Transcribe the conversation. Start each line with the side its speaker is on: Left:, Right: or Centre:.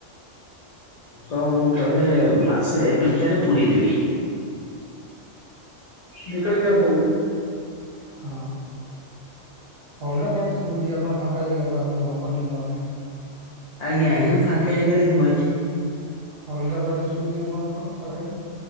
Left: ତ ମୁଁ ତତେ ମାସେ ଭିତରେ ପୁରେଇ ଦେବି। ନିକଲ ଗେୟା ଫୁଲ
Right: ହଁ ଅଲଗା ପାର୍ଟି ଶୁଭୁଛି ଆପଣ ଫାଙ୍କା ଜାଗାକୁ ଆସନ୍ତୁ ହବନି ନହେଲେ।
Left: ଆଜ୍ଞା ଆଜ୍ଞାଁ ଫାଙ୍କ ଜାଗାରେ ବହିଛି।
Right: ଅଲଗା ପାର୍ଟି ଶୁଭୁଛି ଆପଣଙ୍କ ପାଖରେ।